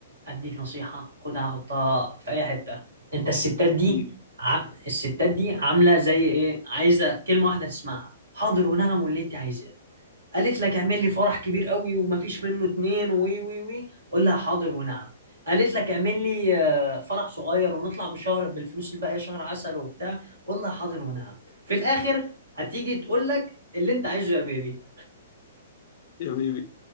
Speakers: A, on the right; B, on the left.
A: اديك نصيحه خدها حطها في اي حته انت الستات
B: اكيد
A: دي عم... الستات دي عامله زي ايه عايزه كلمه واحده تسمعها حاضر ونعم واللي انت عايزاه قالت لك اعمل لي فرح كبير قوي ومفيش منه اتنين وي وي وي قول لها حاضر ونعم قالت لك اعمل لي آه، فرح صغير ونطلع بشهر بالفلوس الباقيه شهر عسل وبتاع قول لها حاضر ونعم في الاخر هتيجي تقول لك اللي انت عايزه يا بيبي
B: يا بيبي